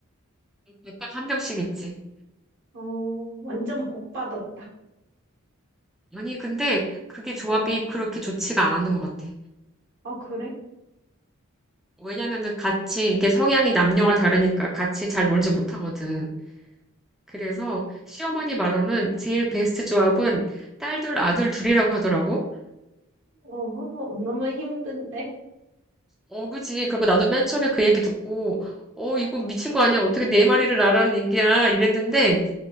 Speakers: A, in the centre; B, on the right (about 60°).
A: 약간 한 병씩 있지.
B: 어, 완전 복 받았다.
A: 아니, 근데 그게 조합이
B: 어, 어,
A: 그렇게 좋지가 않은 것 같아.
B: 아, 그래?
A: 왜냐면은 같이 이게 성향이 남녀가 다르니까 같이 잘 놀지 못하거든. 그래서 시어머니 말로는 제일 베스트 조합은 딸 둘, 아들 둘이라고 하더라고.
B: 어, 너무 힘든데.
A: 어, 그지. 그거 나도 맨 처음에 그 얘기 듣고, 어, 이거
B: 어,
A: 미친 거 아니야? 어떻게 네 마리를 나라는 얘기야? 이랬는데,